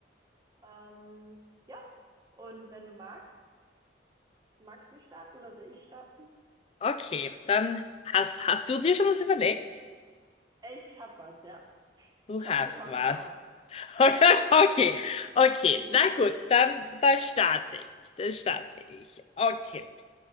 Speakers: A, on the right (about 20°); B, on the left (about 35°).
A: Ähm, ja, und wenn du magst, magst du starten oder soll ich starten?
B: Okay, dann hast, hast du dir schon was überlegt?
A: Ich hab was, ja.
B: Du
A: Ich hoffe,
B: hast
A: du kommst
B: was.
A: drauf.
B: <laughs> Okay, okay.
A: <laughs>
B: Na gut, dann, dann starte ich. Dann starte ich. Okay.